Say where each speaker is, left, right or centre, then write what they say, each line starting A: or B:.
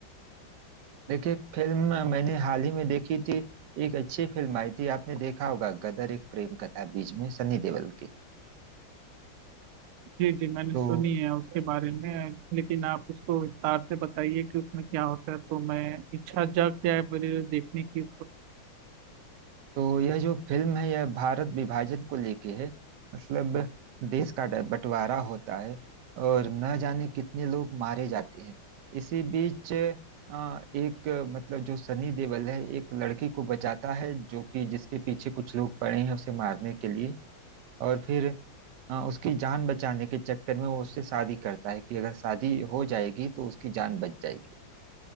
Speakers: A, on the right; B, on the right.
A: देखिए फिल्म मैंने हाल ही में देखी थी एक अच्छी फिल्म आई थी आपने देखा होगा गदर एक प्रेम कथा बीच में सनी देओल की
B: जी जी मैंने
A: तो
B: सुनी है उसके बारे में लेकिन आप उसको विस्तार से बताइए कि उसमें क्या होता है तो मैं इच्छा जाग जाए मेरी देखने की
A: तो यह जो फिल्म है यह भारत विभाजन को लेके है मतलब देश का ड- बंटवारा होता है और न जाने कितने लोग मारे जाते हैं इसी बीच अ, एक अ, मतलब जो सनी देओल है एक लड़की को बचाता है जो कि जिसके पीछे कुछ लोग पड़े हैं उसे मारने के लिए और फिर हाँ उसकी जान बचाने के चक्कर में वो उससे शादी करता है कि अगर शादी हो जाएगी तो उसकी जान बच जाएगी